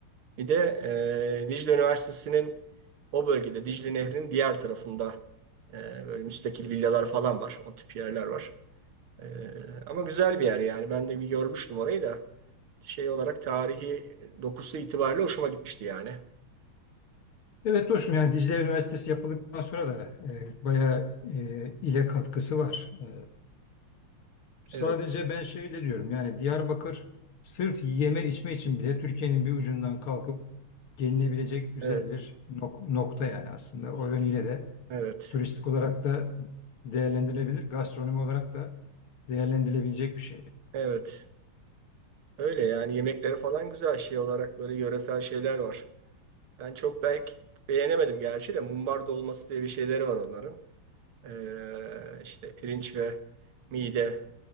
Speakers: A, on the right (about 75°); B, on the left (about 80°).
A: Bir de e, Dicle Üniversitesi'nin o bölgede Dicle Nehri'nin diğer tarafında e, böyle müstakil villalar falan var. O tip yerler var. Ee, ama güzel bir yer yani. Ben de bir görmüştüm orayı da. Şey olarak tarihi dokusu itibariyle hoşuma gitmişti yani.
B: Evet dostum yani Dicle Üniversitesi yapıldıktan sonra da e, bayağı e, ile katkısı var. E, sadece
A: Evet,
B: ben şeyle diyorum yani Diyarbakır sırf yeme içme için bile Türkiye'nin bir ucundan kalkıp gelinebilecek güzel
A: evet,
B: bir nok- nokta yani aslında. O yönüyle de
A: evet,
B: turistik olarak da değerlendirilebilir, gastronomi olarak da değerlendirilebilecek bir şey.
A: evet. Öyle yani yemekleri falan güzel şey olarak böyle yöresel şeyler var. Ben çok belki beğenemedim gerçi de mumbar dolması diye bir şeyleri var onların. Ee, işte pirinç ve mide